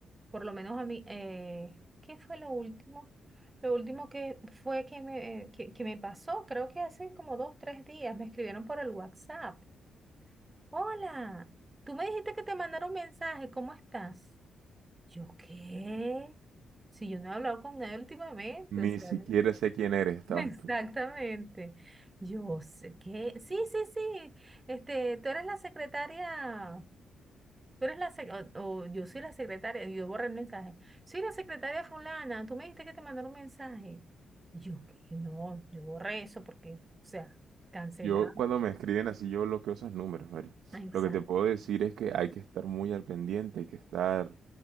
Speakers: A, on the right; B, on the right.
A: por lo menos a mí, eh, ¿qué fue lo último? Lo último que fue que me, eh, que, que me pasó, creo que hace como dos, tres días, me escribieron por el WhatsApp. Hola, tú me dijiste que te mandaron un mensaje, ¿cómo estás? Yo, ¿qué? Si yo no he hablado con nadie últimamente,
B: Ni
A: o sea,
B: siquiera sé quién eres, estabas
A: <laughs> exactamente.
B: tú.
A: Yo sé que, sí, sí, sí, este, tú eres la secretaria Tú eres la sec- o, o yo soy la secretaria, y yo borré el mensaje. Soy la secretaria fulana, tú me dijiste que te mandaron un mensaje. Y yo, que no, yo borré eso porque, o sea, cancelado.
B: Yo cuando me escriben así, yo bloqueo esos números, Mary.
A: Ah, Exacto.
B: Lo que te puedo decir es que hay que estar muy al pendiente, hay que estar